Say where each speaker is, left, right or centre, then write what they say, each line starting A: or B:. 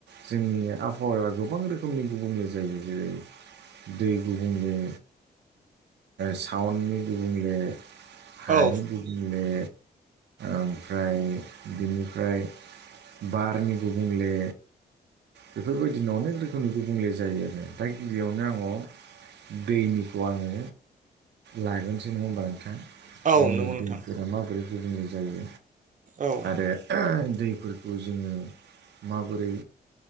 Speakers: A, on the right; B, on the right.
A: जोंनि आबहावाया गोबां रोखोमनि गुबुंले जायो जेरै दै गुबुंले सावनि गुबुंले हानि
B: औ
A: गुबुंले ओमफ्राय बिनिफ्राय बारनि गुबुनले बेफोरबायदिनो अनेक रोखोमनि गुबुंले जायो आरो दा गिबियावनो आंडो़ दैनिखौ आङो लागोनसो नङा होमबा नोंथां
B: औ
A: जोंनि
B: नंगौ नोंथां
A: दैफोरा माबोरै गुबुंले जायो
B: औ
A: आरो दैफोरखौ जोङो माबोरै